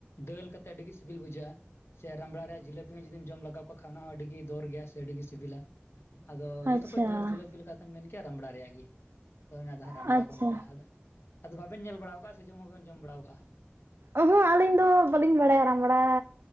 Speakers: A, on the left; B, on the right.
A: ᱫᱟᱹᱞ ᱠᱟᱛᱮᱫ ᱟᱹᱰᱤ ᱜᱮ ᱥᱤᱵᱤᱞ ᱵᱩᱡᱷᱟᱹᱜ-ᱟ᱾ ᱥᱮ ᱨᱟᱢᱵᱽᱲᱟ ᱨᱮᱭᱟᱜ ᱡᱤᱞᱟᱹᱯᱤ ᱦᱚᱸ ᱡᱩᱫᱤᱢ ᱡᱚᱢ ᱞᱟᱜᱟᱣ ᱠᱟᱜ ᱠᱷᱟᱱ ᱚᱱᱟ ᱦᱚᱸ ᱟᱹᱰᱤᱜᱮ ᱫᱚᱨ ᱜᱮᱭᱟ ᱥᱮ ᱟᱹᱰᱤᱜᱤ ᱥᱤᱵᱤᱞ-ᱟ, ᱟᱫᱚ
B: ᱟᱪᱪᱷᱟ
A: ᱛᱚᱠᱷᱚᱡ ᱫᱚᱨ ᱡᱤᱞᱟᱹᱯᱤ ᱞᱮᱠᱟᱛᱮᱢ ᱢᱮᱱ ᱠᱮᱭᱟ ᱨᱟᱢᱵᱽᱲᱟ ᱨᱮᱭᱟᱜ ᱜᱮ ᱟᱫᱚ ᱫᱚ ᱦᱟᱸᱜ ᱨᱟᱢᱽᱵᱲᱟ
B: ᱟᱪᱪᱷᱟ
A: ᱠᱚ ᱢᱮᱛᱟᱜ-ᱟ᱾ ᱟᱫᱚ ᱵᱟᱵᱮᱱ ᱧᱮᱞ ᱵᱟᱲᱟᱣ ᱠᱟᱜᱟ ᱥᱮ ᱡᱚᱢ ᱦᱚᱸ ᱵᱟᱵᱮᱱ ᱡᱚᱢ ᱵᱟᱲᱟᱣ ᱠᱟᱜᱟ᱾
B: ᱚᱦᱚᱸᱜ ᱟᱹᱞᱤᱧ ᱫᱚ ᱵᱟᱹᱞᱤᱧ ᱵᱟᱲᱟᱭ-ᱟ ᱨᱟᱢᱵᱽᱲᱟ